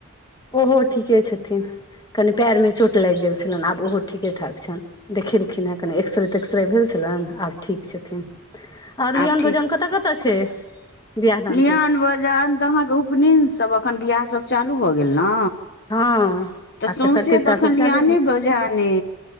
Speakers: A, on the left; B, on the left.
A: ओहो ठीके छथिन कनि पैर मे चोट लागि गेल छलनि आब ओहो ठीके ठाक छन देखेलखिन हेँ कनि एक्सरे तेक्सरे भेल छलनि आब ठीक छथिन आओर
B: आब
A: लियन भोजन कतय कतय छै बियाह दानके
B: लियन बजान त अहाँ के उपनयन सब एखन बियाह सब चालू भ गेल न
A: हँ
B: त
A: आब
B: सौसे
A: तऽ कर्तव्यता
B: तखन
A: सब
B: लिआने
A: चालू भेल
B: बजाने